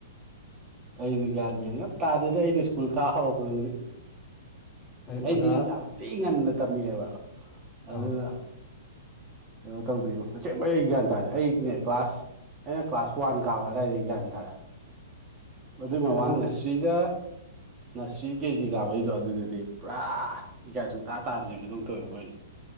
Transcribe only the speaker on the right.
ꯑꯩꯗꯤ ꯒ꯭ꯌꯥꯟ ꯃꯦꯟ ꯌꯥꯝ ꯇꯥꯗꯗꯤ ꯑꯩꯅ ꯁ꯭ꯀꯨꯜ ꯀꯥ ꯍꯧꯔꯛꯄꯗꯨꯗꯤ
ꯑꯩꯗꯤ ꯌꯥꯝ ꯊꯤ ꯉꯟꯅ ꯇꯝꯃꯛꯑꯦꯕ ꯑꯗꯨꯅ
ꯀꯩꯅꯣ ꯇꯧꯗꯦꯕꯣ ꯑꯁꯦꯡꯕꯩ ꯒ꯭ꯌꯥꯟ ꯇꯥꯔꯦ ꯑꯩꯅꯦ ꯀ꯭ꯂꯥꯁ ꯑꯩꯅ ꯀ꯭ꯂꯥꯁ ꯋꯥꯟ ꯀꯥꯕ ꯑꯗꯨꯋꯥꯏꯗ ꯑꯦꯛꯖꯌꯥꯟ ꯇꯥꯔꯑꯦ ꯑꯗꯨꯏ ꯃꯃꯥꯡꯅꯁꯤꯒ
ꯅꯁꯔꯤ ꯀꯦꯖꯤ ꯀꯥꯕꯩꯗꯣ ꯑꯗꯨꯗꯗꯤ ꯄꯨꯔꯥ ꯏꯀꯥꯏ ꯁꯨꯡꯛꯇꯇꯥ ꯇꯥꯗ꯭ꯔꯤꯕꯗꯧ ꯇꯧꯋꯕ ꯋꯥꯔꯤꯣꯏꯁꯦ